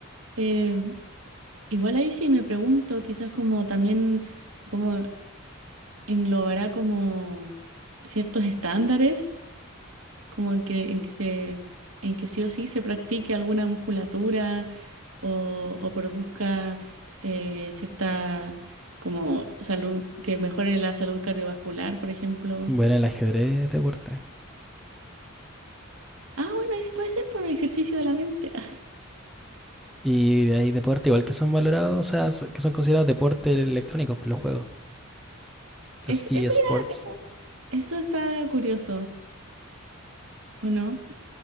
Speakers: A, on the right (about 75°); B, in the centre.
A: eh, igual ahí sí me pregunto, quizás como también como englobará como ciertos estándares, como en que en que se en que sí o sí se practique alguna musculatura o, o produzca eh, cierta como salud que mejore la salud cardiovascular, por ejemplo.
B: Bueno, el ajedrez es deporte.
A: Ah, bueno, ahí sí puede ser por ejercicio de la mente. <laughs>
B: Y hay deporte igual que son valorados, o sea, que son considerados deporte electrónico por los juegos. los
A: Eso,
B: eSports.
A: eso ya, eso, eso está curioso. ¿O no?